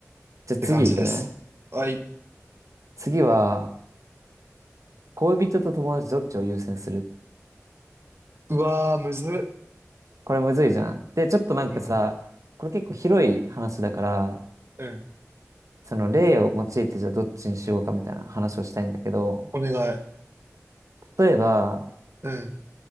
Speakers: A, on the right; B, on the right.
A: じゃあ次行くね。
B: って感じです。はい。
A: 次は、恋人と友達どっちを優先する
B: うわー、むずっ。
A: これむずいじゃん。で、ちょっとなんかさ、
B: うん。
A: これ結構広い話だから、
B: うん。
A: その例を用いてじゃあどっちにしようかみたいな話をしたいんだけど、
B: お願い。
A: 例えば、
B: うん。